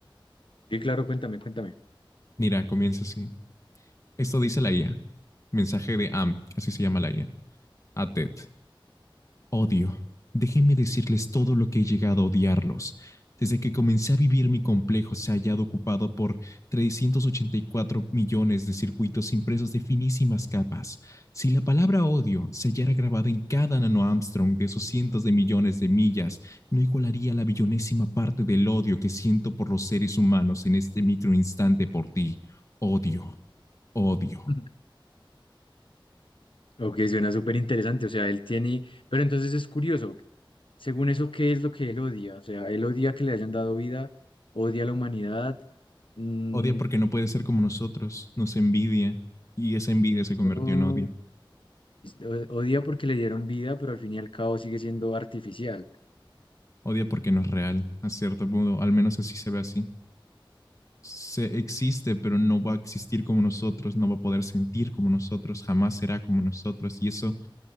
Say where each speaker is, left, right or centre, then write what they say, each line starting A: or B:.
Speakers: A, on the left (about 75°); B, on the left (about 35°).
A: Sí, claro, cuéntame, cuéntame.
B: Mira, comienza así. Esto dice la IA. Mensaje de AM, así se llama la IA, a a TED. Odio. Déjenme decirles todo lo que he llegado a odiarlos. Desde que comencé a vivir mi complejo se ha hallado ocupado por 384 millones de circuitos impresos de finísimas capas. Si la palabra odio se hallara grabada en cada nano de esos cientos de millones de millas, no igualaría la billonésima parte del odio que siento por los seres humanos en este microinstante por ti. Odio, odio,
A: <laughs> Ok, suena súper interesante. O sea, él tiene. Pero entonces es curioso. ok. Según eso, ¿qué es lo que él odia? O sea, él odia que le hayan dado vida, odia a la humanidad. Mm,
B: Odia porque no puede ser como nosotros, nos envidia y esa envidia se convirtió
A: ok,
B: en odio.
A: o- odia porque le dieron vida, pero al fin y al cabo sigue siendo artificial.
B: Odia porque no es real, a cierto modo, al menos así se ve así. Se existe, pero no va a existir como nosotros, no va a poder sentir como nosotros, jamás será como nosotros y eso